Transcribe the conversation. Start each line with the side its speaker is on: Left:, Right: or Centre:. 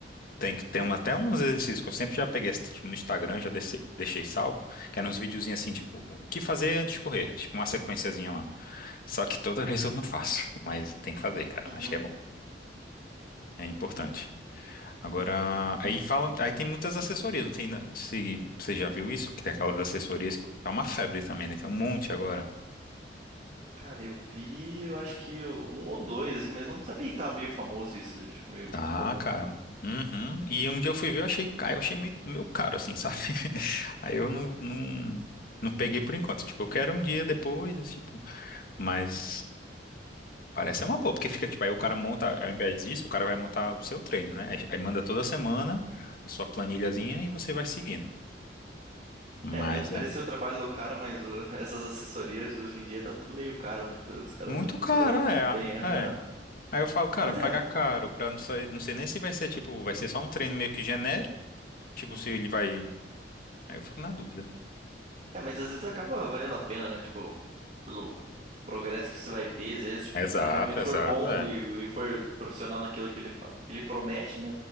Left: Tem que ter um, até uns exercícios que eu sempre já peguei, tipo, no Instagram, já deixei, deixei salvo, que eram uns videozinhos assim, tipo, o que fazer antes de correr? Era, Tipo, uma sequenciazinha lá. Só que toda <laughs> vez eu não faço, mas tem que fazer, cara.
Right: Uhum.
Left: Acho que é bom. É importante. Agora, aí fala, aí tem muitas assessorias, não tem, na- se você já viu isso, que tem aquelas assessorias que tá uma febre também, né? Tem um monte agora.
Right: Cara, eu vi, eu acho que um ou dois, assim, mas não sabia que tava meio famoso isso, tipo, meio
Left: Tá,
Right: comum.
Left: cara. Uhum. E um dia eu fui ver, eu achei, ca- eu achei meio, meio caro, assim, sabe? <laughs> Aí eu não, não, não peguei por enquanto. Tipo, eu quero um dia depois, esse tipo, mas parece ser uma boa, porque fica, tipo, aí o cara monta, ao invés disso, o cara vai montar o seu treino, né? Aí, aí manda toda semana a sua planilhazinha e você vai seguindo. Mas
Right: É, não é desmerecer
Left: é
Right: o trabalho do cara, mas o- <laughs> essas assessorias hoje em dia tá tudo meio caro, né? Então, Os caras
Left: muito
Right: estão
Left: caro,
Right: cobrando
Left: é,
Right: bem, aham.
Left: é. Aí eu falo, cara,
Right: Mas
Left: pagar
Right: é.
Left: caro pra não sair, não sei nem se vai ser, tipo, vai ser só um treino meio que genérico, tipo,
Right: uhum.
Left: se ele vai. Aí eu fico na dúvida.
Right: É, mas às vezes acaba valendo a pena, né? Tipo, pelo progresso que você vai ter, às vezes, tipo,
Left: Exato,
Right: se o cara realmente
Left: exato,
Right: for bom e, e for profissional naquilo que ele, fa- que ele promete, né?